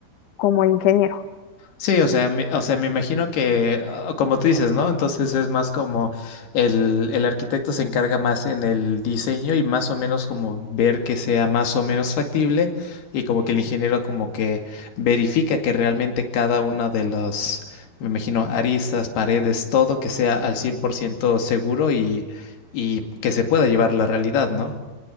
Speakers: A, on the left; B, on the left.
A: como de ingeniero.
B: Sí, o sea, me, o sea, me imagino que, ah, como tú dices, ¿no? Entonces es más como el, el arquitecto se encarga más en el diseño y más o menos como ver que sea más o menos factible y como que el ingeniero como que verifica que realmente cada una de las, me imagino, aristas, paredes, todo que sea al 100% seguro y, y que se pueda llevar a la realidad, ¿no?